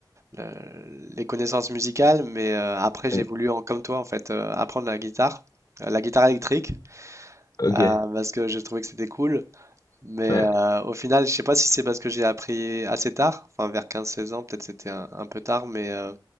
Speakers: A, on the right; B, on the left.
A: le- les connaissances musicales, mais euh, après j'ai
B: Oui.
A: voulu, en- comme toi en fait, euh, apprendre la guitare, euh, la guitare électrique,
B: Ok.
A: euh, parce que j'ai trouvé que c'était cool. Mais
B: Ouais.
A: euh, au final, je sais pas si c'est parce que j'ai appris assez tard, enfin vers 15-16 ans, peut-être c'était un, un peu tard, mais euh,